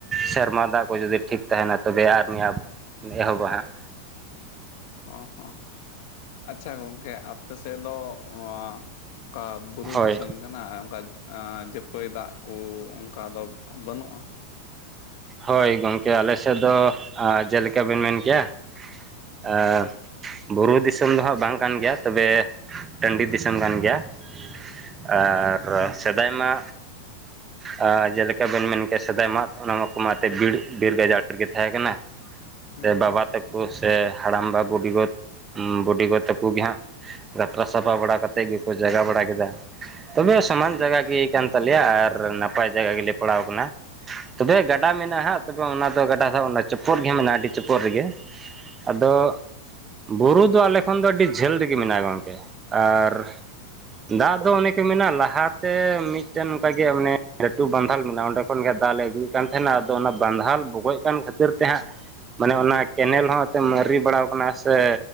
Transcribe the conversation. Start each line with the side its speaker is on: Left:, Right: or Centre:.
Right: ᱥᱮᱨᱢᱟ ᱫᱟᱜ ᱠᱚ ᱡᱩᱫᱤ ᱴᱷᱤᱠ ᱛᱟᱦᱮᱱᱟ᱾ ᱛᱚᱵᱮ ᱟᱨ ᱱ ᱟ ᱮᱦᱚᱵᱟ ᱦᱟᱸᱜ
Left: ᱚ ᱦᱚᱸ ᱟᱪᱪᱷᱟ ᱜᱚᱝᱠᱮ ᱟᱯᱮ ᱥᱮᱫ ᱫᱚ <unintelligible> ᱵᱩᱨᱩ
Right: ᱦᱳᱭ
Left: ᱫᱤᱥᱚᱢ ᱠᱟᱱᱟ ᱾ ᱚᱱᱠᱟ ᱡᱟᱹᱯᱟᱹᱭ ᱫᱟᱜ ᱠᱚ ᱚᱱᱠᱟ ᱫᱚ ᱵᱟᱹᱱᱩᱜᱼᱟ᱾
Right: ᱦᱳᱭ ᱜᱚᱝᱠᱮ ᱟᱞᱮ ᱥᱮᱫ ᱫᱚ ᱾ ᱡᱮᱞᱮᱠᱟ ᱵᱮᱱ ᱢᱮᱱ ᱠᱮᱭᱟ᱾ ᱟᱨ ᱵᱩᱨᱩ ᱫᱤᱥᱚᱢ ᱫᱚ ᱦᱟᱸᱜ ᱵᱟᱝ ᱠᱟᱱ ᱜᱮᱭᱟ ᱾ ᱛᱚᱵᱮ ᱴᱟᱺᱰᱤ ᱫᱤᱥᱚᱢ ᱠᱟᱱ ᱜᱮᱭᱟ᱾ ᱟᱨ ᱟᱨ ᱥᱮᱫᱟᱭ ᱢᱟ᱾ ᱟ ᱡᱮᱞᱮᱠᱟᱵᱱ ᱢᱮᱱ ᱠᱮᱭᱟ᱾ ᱥᱮᱫᱟᱭ ᱢᱟ ᱚᱱᱟ ᱛᱮ ᱵᱤᱨ ᱵᱤᱨ ᱜᱟᱡᱟᱲ ᱨᱮᱜᱮ ᱛᱟᱦᱮᱸ ᱠᱟᱱᱟ᱾
Left: ᱦᱩᱸ
Right: ᱥᱮ
Left: ᱦᱩᱸ
Right: ᱵᱟᱵᱟ ᱛᱟᱠᱚ ᱥᱮ ᱦᱟᱲᱟᱢ ᱵᱟ ᱵᱩᱰᱤᱜᱚ ᱵᱩᱰᱤᱜᱚ ᱛᱟᱠᱚ ᱜᱮ ᱦᱟᱸᱜ ᱜᱟᱛᱨᱟ ᱥᱟᱯᱷᱟ ᱵᱟᱲᱟ ᱠᱟᱛᱮᱫ ᱜᱮᱠᱚ ᱡᱟᱜᱟ ᱵᱟᱲᱟ ᱠᱮᱫᱟ ᱾ ᱛᱚᱵᱮ ᱥᱚᱢᱟᱱ ᱡᱟᱭᱜᱟ ᱜᱮ ᱠᱟᱱ ᱛᱟᱞᱮᱭᱟ, ᱟᱨ ᱱᱟᱯᱟᱭ ᱡᱟᱭᱜᱟ ᱜᱮᱞᱮ ᱯᱟᱲᱟᱣ ᱠᱟᱱᱟ᱾ ᱛᱚᱵᱮ ᱜᱟ ᱜᱟᱰᱟ ᱢᱮᱱᱟᱜᱼᱟ, ᱦᱟᱸᱜ ᱛᱚᱵᱮ ᱚᱱᱟᱫᱚ ᱜᱟᱰᱟ ᱥᱟ ᱚᱱᱟ ᱪᱚᱯᱚᱫ ᱜᱮ ᱢᱮᱱᱟᱜᱼᱟ ᱟᱹᱰᱤ ᱪᱚᱯᱳᱫ ᱨᱮᱜᱮ ᱟᱫᱚ᱾ ᱵᱩᱨᱩ ᱫᱚ ᱟᱞᱮ ᱠᱷᱚᱱ ᱫᱚ ᱟᱹᱰᱤ ᱡᱷᱟᱹᱞ ᱨᱮᱜᱮ ᱢᱮᱱᱟᱜᱼᱟ ᱜᱚᱢᱠᱮ᱾ ᱟᱨ ᱫᱟᱜ ᱫᱚ ᱚᱱᱮ ᱠᱚ ᱢᱮᱱᱟ ᱞᱟᱦᱟᱛᱮ ᱢᱤᱫᱴᱮᱱ ᱚᱱᱠᱟᱜᱮ ᱚᱱᱮ ᱞᱟᱹᱴᱩ ᱵᱟᱱᱫᱷᱟᱞ ᱢᱮᱱᱟᱜᱼᱟ ᱚᱸᱰᱮ ᱾ ᱠᱷᱚᱱ ᱜᱮ ᱫᱟᱜᱞᱮ ᱟᱹᱜᱩᱭᱮᱫ ᱠᱟᱱ ᱛᱟᱦᱮᱱᱟ᱾ ᱟᱫᱚ ᱚᱱᱟ ᱵᱟᱸᱫᱷᱟᱞ ᱵᱚᱜᱚᱡ ᱠᱟᱱ ᱠᱷᱟᱹᱛᱤᱨ ᱛᱮ ᱦᱟᱸᱜ ᱢᱟᱱᱮ ᱚᱱᱟ ᱠᱮᱱᱮᱞ ᱦᱚᱸ ᱛᱮ ᱢᱟᱨᱤ ᱵᱟᱲᱟᱣ ᱠᱟᱱᱟ ᱥᱮ,